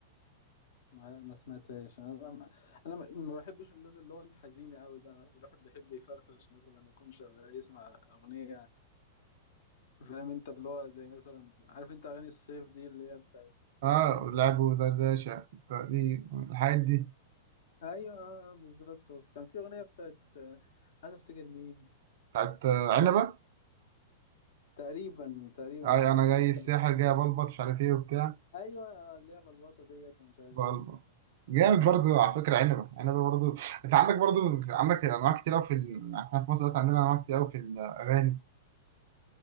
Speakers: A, on the left; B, on the right.
A: ما ما سمعتهاش انا ما- انا ما ما بحبش اللون اللي هو الحزين قوي ده انا الواحد بيحب يفرفش مثلا لما يكون شغال يسمع اغنيه فاهم انت اللي هو زي مثلا عارف انت اغاني الصيف دي اللي هي بتاعت
B: اه
A: آه،
B: لعبوا دردشة دي الحاجات دي
A: ايوه آه، بالظبط كان في اغنيه بتاعت آه، عايز افتكر مين
B: بتاعت آه، عنبة
A: تقريبا تقريبا
B: أي
A: هنا
B: أنا جاي
A: كانت
B: الساحة جاي بلبط مش عارف إيه وبتاع
A: ايوه آه، اللي هي بلبطه ديت ومش عارف
B: بلبط
A: ايه
B: جامد برضو على فكرة عنبة عنبة برضو أنت عندك برضو عندك أنواع كتير أوي في ال... إحنا في مصر دلوقتي عندنا أنواع كتير أوي في الأغاني